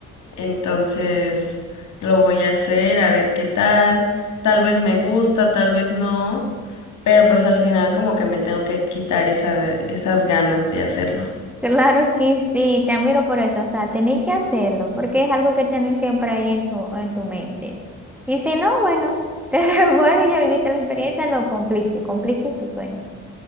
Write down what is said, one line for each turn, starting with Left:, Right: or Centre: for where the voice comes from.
Left: Entonces lo voy a hacer, a ver qué tal. Tal vez me gusta, tal vez no, pero pues al final como que me tengo que quitar esa, esas ganas de hacerlo.
Centre: claro que sí, te admiro por eso, o sea, tenés que hacerlo, porque es algo que tenés siempre ahí en tu, en tu mente. Y si no, bueno, <laughs> te devuelves, ya viviste la experiencia, lo cumpliste, cumpliste tu sueño.